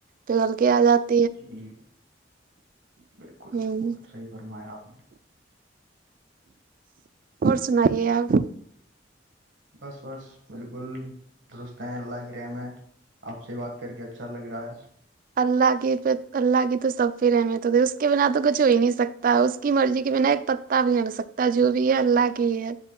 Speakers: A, on the right; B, on the right.
A: پگل کے آ جات
B: جی بالکل
A: ہ
B: بالکل صحیح فرمایا آپ نے
A: اور سنائیے آپ
B: بس بس بالکل درست ہیں اللہ کی رحم ہے آپ سے بات کر کے اچھا لگ رہا ہے
A: اللہ کی پ اللہ کی تو سب پھر رحمیت ہو اس کے بنا تو کچھ ہو ہی نہیں سکتا اس کی مرضی کے بنا ایک تا بھی ہ سکتا جو بھی ہے اللہ کی ہی ہے